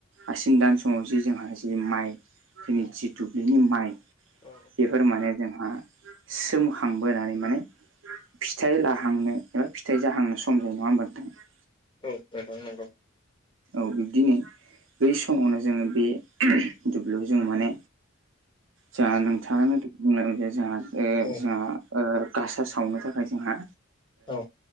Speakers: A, on the right; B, on the left.
A: आसिन दान समाव जि जोंहा जि माइ जोंनि
B: औ
A: जि दुब्लिनि माइ
B: औ
A: बेफोर माने जोंहा सोमखांबोनानै माने फिथाइ लाहांनो एबा फिथाइ जाहांनो सम जायो नङा होमबा नोंथां
B: औ नोंथां नंगौ
A: औ बिब्दिनो बै समावनो जोंङो बे दुब्लियाव जोंङो माने जोंहा नोंथांङानो बुंलांबाय जोंहा
B: औ
A: जोंहा गासा सावनो थाखाय जोंहा
B: औ